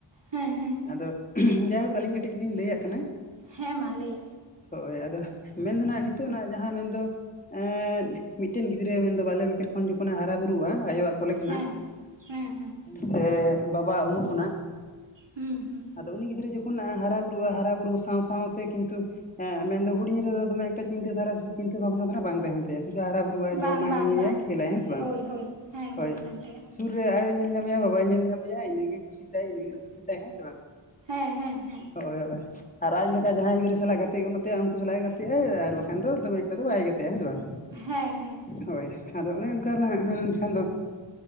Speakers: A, on the right (about 65°); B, on the left (about 15°).
A: ᱦᱮᱸ ᱦᱮᱸ,
B: ᱟᱫᱚ ᱡᱟᱭᱦᱳᱜ ᱟᱹᱞᱤᱧ ᱠᱟᱹᱴᱤᱡ ᱞᱤᱧ ᱞᱟᱹᱭᱟᱜ ᱠᱤᱱᱟᱲᱹ ᱾
A: ᱦᱮᱸ ᱢᱟ ᱞᱟᱹᱭ
B: ᱦᱳᱭ ᱟᱫᱚ, ᱢᱮᱱᱫᱚ ᱦᱟᱸᱜ ᱱᱤᱛᱚᱜᱱᱟᱜ ᱡᱟᱦᱟᱸ ᱢᱮᱱᱫᱚ ᱮᱸᱜ ᱢᱤᱫᱴᱮᱱ ᱜᱤᱫᱽᱨᱟᱹ ᱢᱮᱱᱫᱟ ᱵᱟᱞᱮ ᱵᱮᱠᱮᱨ ᱠᱷᱚᱱ ᱡᱩᱛ ᱡᱚᱠᱷᱚᱱᱮ ᱦᱟᱨᱟ ᱵᱩᱨᱩᱜ-ᱟ ᱟᱭᱳᱣᱟᱜ ᱠᱚᱞᱮ ᱠᱷᱚᱱᱟᱜ
A: ᱦᱮᱸ ᱦᱮᱸ ᱦᱮᱸ
B: ᱥᱮ ᱵᱟᱵᱟ ᱩᱢᱩᱞ ᱠᱷᱚᱱᱟᱜ
A: ᱦᱩᱸ ᱦᱩᱸ
B: ᱟᱫᱚ ᱩᱱᱤ ᱜᱤᱫᱽᱨᱟᱹ ᱡᱚᱠᱷᱚᱱ ᱚᱱᱟᱜ ᱦᱟᱨᱟ ᱵᱩᱨᱩᱜᱼᱟ ᱦᱟᱨᱟ ᱵᱩᱨᱩᱜ ᱥᱟᱶ ᱥᱟᱶᱛᱮ ᱠᱤᱱᱛᱩ ᱮᱸᱜ ᱢᱮᱱᱫᱚ ᱦᱩᱰᱤᱧ ᱨᱮᱫᱚ ᱫᱚᱢᱮ ᱪᱤᱱᱛᱟᱹ ᱫᱷᱟᱨᱟ ᱥᱮ ᱪᱤᱱᱛᱟᱹ ᱵᱷᱟᱵᱱᱟ ᱫᱷᱟᱨᱚᱱᱟᱜ ᱵᱟᱝ ᱛᱟᱦᱮᱱ ᱛᱟᱭᱟ ᱥᱩᱫᱩ ᱦᱟᱨᱟ ᱵᱩᱨᱩ ᱠᱩᱣᱟᱭ ᱡᱚᱢᱟᱭ
A: ᱵᱟᱝ ᱵᱟᱝ
B: ᱧᱩᱭᱟᱭ
A: ᱵᱟᱝ
B: ᱠᱷᱮᱞᱟᱭ ᱦᱮᱸ ᱥᱮ ᱵᱟᱝ
A: ᱦᱳᱭ ᱦᱳᱭ ᱦᱮᱸ
B: ᱦᱳᱭ
A: ᱵᱟᱝ ᱛᱟᱦᱮᱱ ᱛᱟᱭᱟ
B: ᱥᱩᱨ ᱨᱮ ᱟᱭᱳ ᱧᱮᱞ ᱧᱟᱢᱮᱭᱟ ᱵᱟᱵᱟᱭ ᱧᱮᱞ ᱧᱟᱢᱮᱭᱟ ᱤᱱᱟᱹᱜᱮ ᱠᱩᱥᱤ ᱛᱟᱭ ᱤᱱᱟᱹᱜᱮ ᱨᱟᱹᱥᱠᱟᱹ ᱛᱟᱭ ᱦᱮᱸ ᱥᱮ ᱵᱟᱝ
A: ᱦᱮᱸ ᱦᱮᱸ ᱦᱮᱸ
B: ᱦᱳᱭ ᱦᱳᱭ, ᱟᱨ ᱟᱡ ᱞᱮᱠᱟ ᱡᱟᱦᱟᱸᱭ ᱜᱤᱫᱽᱨᱟᱹ ᱥᱟᱞᱟᱜ ᱜᱟᱛᱮᱜ ᱜᱟᱱᱚᱜ ᱛᱟᱭᱟ ᱩᱱᱠᱩ ᱥᱟᱞᱟᱜ ᱮ ᱜᱟᱛᱮᱜ ᱟᱭ, ᱟᱨ ᱵᱟᱠᱷᱟᱱ ᱫᱚ ᱫᱚᱢᱮ ᱮᱠᱴᱟ ᱫᱚ ᱵᱟᱭ ᱦᱮᱸᱥᱮ ᱵᱟᱝ
A: ᱦᱮᱸ ᱦᱮᱸ
B: ᱦᱳᱭ ᱟᱫᱚ ᱚᱱᱮ ᱚᱱᱠᱟ ᱱᱟ ᱢᱮᱱᱠᱷᱟᱱ ᱫᱚ